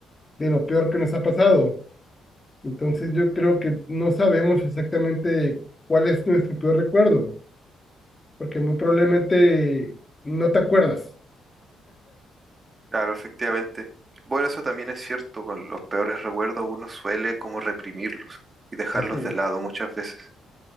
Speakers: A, on the left (about 20°); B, on the right (about 30°).
A: de lo peor que nos ha pasado. Entonces yo creo que no sabemos exactamente cuál es nuestro peor recuerdo, porque muy probablemente no te acuerdas.
B: Claro, efectivamente. Bueno, eso también es cierto, con los peores recuerdos uno suele como reprimirlos y dejarlos
A: Así es.
B: de lado muchas veces.